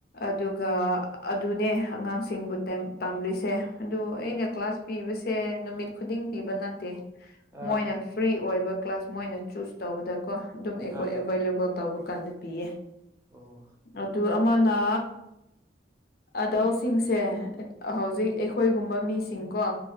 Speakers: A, on the left; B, on the right.
A: ꯑꯗꯨ ꯒꯥ ꯑꯗꯨꯅꯦ ꯑꯉꯥꯡꯁꯤꯡꯕꯨ ꯇꯦꯝ ꯇꯝꯂꯤꯁꯦ ꯑꯗꯨ ꯑꯩꯅ ꯀ꯭ꯂꯥꯁ ꯄꯤꯕ ꯁꯦ ꯅꯨꯃꯤꯠ ꯈꯨꯗꯤꯡ ꯄꯤꯕ ꯅꯠꯇꯦ
B: ꯑꯥ
A: ꯃꯣꯏꯅ ꯐ꯭ꯔꯤ ꯑꯣꯏꯕ ꯀ꯭ꯂꯥꯁ ꯃꯣꯏꯅ ꯆꯨꯁ ꯇꯧꯕꯗ ꯀꯣ ꯑꯗꯨꯝ
B: ꯑꯥ
A: ꯑꯩꯈꯣꯏ ꯑꯦꯕꯥꯏꯂꯦꯕꯜ ꯇꯧꯕ ꯀꯥꯟꯗ ꯄꯤꯌꯦ
B: ꯑꯣ
A: ꯑꯗꯨ ꯑꯃ ꯅ ꯑꯗꯜꯁꯤꯡꯁꯦ ꯍꯧꯖꯤꯛ ꯑꯩꯈꯣꯏꯒꯨꯝꯕ ꯃꯤꯁꯤꯡꯀꯣ